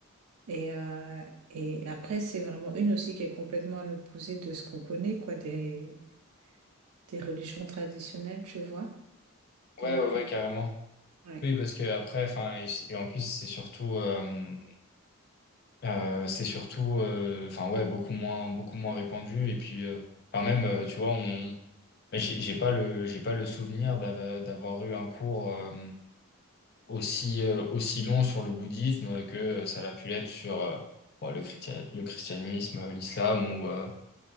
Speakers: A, on the right (about 80°); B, on the left (about 45°).
A: Et, euh, et après, c'est vraiment une aussi qui est complètement à l'opposé de ce qu'on connaît, quoi, des, des religions traditionnelles, tu vois.
B: Ouais,
A: Donc,
B: ouais, ouais,
A: euh,
B: carrément.
A: ouais.
B: Oui, parce que après, enfin, et, et en plus, c'est surtout, euh, euh, c'est surtout, euh, enfin, ouais, beaucoup moins, beaucoup moins répandu. Et puis, euh, enfin, même, euh, tu vois, on, j'ai j'ai pas le, j'ai pas le souvenir d'ava- d'avoir eu un cours. euh, aussi, euh, aussi long sur le bouddhisme que euh, ça l'a pu l'être sur euh, bon, le chrétien- le christianisme, euh, l'islam ou, euh,